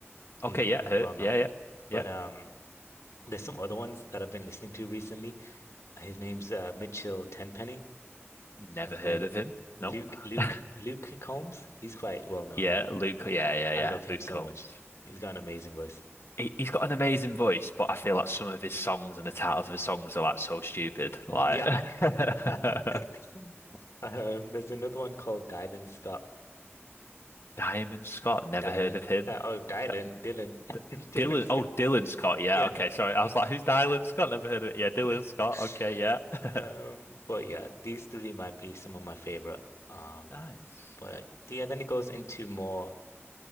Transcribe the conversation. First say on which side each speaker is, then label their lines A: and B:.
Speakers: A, on the left (about 85°); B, on the left (about 60°).
A: He's
B: Okay,
A: pretty
B: yeah, heard.
A: well known.
B: Yeah, yeah, yeah.
A: But um there's some other ones that I've been listening to recently. His name's uh, Mitchell Tenpenny
B: Never
A: and
B: heard
A: then
B: of him.
A: Luke
B: No.
A: Luke
B: <laughs>
A: Luke Combs. He's quite well known
B: Yeah,
A: now.
B: Luke. Yeah, yeah,
A: I
B: yeah.
A: love him
B: Luke
A: so
B: Combs.
A: much. He's got an amazing voice.
B: He, he's got an amazing voice, but I feel like some of his songs and the titles of his songs are like so stupid. Like
A: Yeah.
B: <laughs>
A: <laughs> Um, there's another one called Dylan Scott.
B: Diamond Scott. Never
A: Dylan.
B: heard of him.
A: Uh, oh, Dylan.
B: D
A: Dylan. <laughs>
B: D
A: Dylan
B: Dylan.
A: Scott.
B: Oh, Dylan Scott. Yeah.
A: Yeah.
B: Okay. Sorry. I was like, who's Dylan Scott? Never heard of it. Yeah, Dylan
A: <laughs>
B: Scott. Okay. Yeah. <laughs>
A: Um, but yeah, these three might be some of my favorite. Um,
B: Nice.
A: but yeah, then it goes into more.